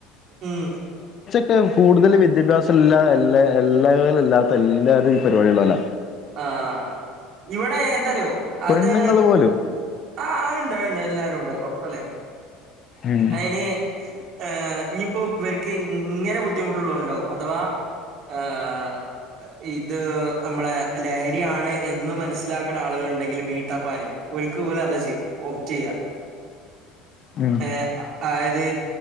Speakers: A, on the right; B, on the left.
A: ഉം
B: െ കൂടുതൽ വിദ്യാഭ്യാസംല്ലാ എല്ലാ എല്ലാവും ഇല്ലാത്ത എല്ലാവരും ഈ പരിപാടിയ ഉള്ളോ ല
A: ആഹ ഇവിടെ എന്താറിയോ
B: പെണ്ണുങ്ങൾ
A: അത്
B: പോലും
A: ആഹ് അണ്ട് അണ്ട് എല്ലാരും ഉണ്ട് ഉറപ്പല്ലേ
B: ഉം
A: അയിന് ് ഇനിയിപ്പോ ഇവർക്ക് ഇങ്ങനെ ബുദ്ധിമുട്ടുള്ള ഉണ്ടാവും അഥവാ ഹ ഇത് നമ്മളെ ലഹരിയാണ് എന്ന് മനസ്സിലാക്കണ ആളുക ഉണ്ടെങ്കിൽ മീട്ടപ്പാന് ഒലക്ക് പോലെ അതാ ചെയ്യ ഓഫ് ചെയ്യാ
B: ഉം
A: ഏ അതത്